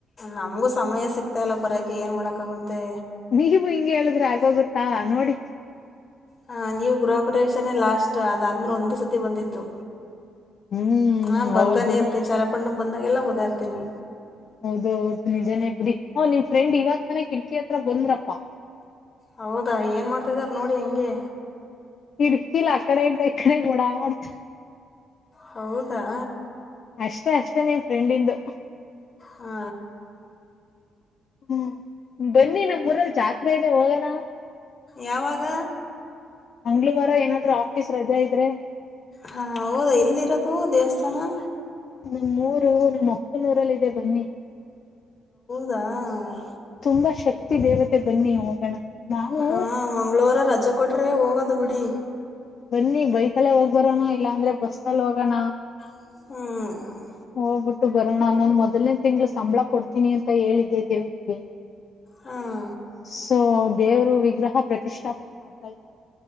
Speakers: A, on the left (about 40°); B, on the left (about 55°).
A: ನಮಗೂ ಸಮಯ ಸಿಗ್ತಾ ಇಲ್ಲ ಬರೋಕ್ಕೆ ಏನ್ ಮಾಡಕ್ಕ ಆಗುತ್ತೆ
B: ನೀವು ಹಿಂಗಗೆ ಹೇಳುದ್ರೆ ಆಗೋಗುತ್ತಾ ನೋಡಿ.
A: ಹ ನೀವು ಗೃಹಪ್ರವೇಶನೆ ಲಾಸ್ಟ್ ಅದಾದ್ಮಲೆ ಒಂದೇ ಸರ್ತಿ ಬಂದಿತ್ತು
B: ಹ್ಮ್
A: ಹಾ ಬರ್ತಾನೆ
B: ಹೌದು
A: ಇರ್ತೀನಿ <unintelligible> ಬಂದಾಗೆಲ್ಲ ಹೋಗತ್ತಾ ಇರ್ತೀನಿ
B: ಹೌದ ಹೌದು ನಿಜನೇ ಬಿಡಿ ಹ ನಿಮ್ ಫ್ರೆಂಡ್ ಇವಾಗ ತಾನ ಕಿಟಕಿ ಹತ್ರ ಬಂದ್ರಪ್ಪಾ
A: ಹೌದಾ ಏನ್ ಮಾಡತ್ತಿದಾರ ನೋಡಿ ಹಂಗೆ
B: ಕಿಡ್ಕಿಲ ಆಕಡೆಂದ ಇಕಡೆ ಓಡಾಡ್ತು
A: ಹೌದಾ
B: ಅಷ್ಟೇ ಅಷ್ಟೇ ನಿಮ್ ಫ್ರೆಂಡಿಂದು
A: ಹಾ
B: ಹ್ಮ್ ಬನ್ನಿ ನಮೂಊರಲ್ಲಿ ಜಾತ್ರೆ ಇದೆ ಹೋಗೋಣ
A: ಯಾವಾಗ
B: ಮಂಗಳವಾರ ಏನಾದ್ರು ಆಫೀಸ್ ರಜೆ ಇದ್ರೆ
A: ಹಾ ಹೌದಾ ಎಲ್ಲಿರೋದು ದೇವಸ್ಥಾನ
B: ನಮ ಮೂರು ನಮ್ ಅಪ್ಪ ನೂರಲ್ಲಿ ಇದೆ ಬನ್ನಿ
A: ದಾಹ
B: ತುಂಬಾ ಶಕ್ತಿ ದೇವತೆ ಬನ್ನಿ ಹೋಗೋಣ ನಾನು
A: ಹಾ ಮಂಗಳವಾರ ರಜಾ ಕೊಟ್ರೆ ಹೋಗೋದು ಬಿಡಿ
B: ಬನ್ನಿ ಬೈಕಲ್ಲೇ ಹೋಗ್ ಬರೋಣ ಇಲ್ಲಾ ಅಂದ್ರೆ ಬಸ್ಸಲ್ಲಿ ಹೋಗಣ
A: ಹ್ಮ್
B: ಹೋಗ್ಬಿಟ್ಟು ಬರೋಣ ನಾನು ಮೊದಲನೇ ತಿಂಳ ಸಂಬಳ ಕೊಡ್ತೀನಿ ಅಂತ ಹೇಳಿದ್ದೆ ದೇವರಿಗೆ
A: ಹಾಂ
B: ಸೊ ದೇವರು ವಿಗ್ರಹ ಪ್ರತಿಷ್ಠಾಪನೆ ಮಾಡ್ತಾ ಇದಾರೆ